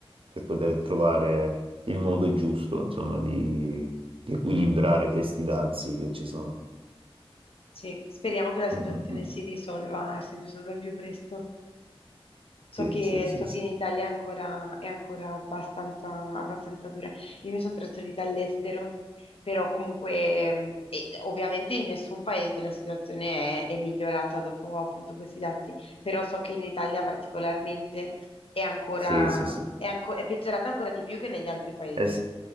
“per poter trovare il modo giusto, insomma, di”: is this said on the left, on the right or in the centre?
Right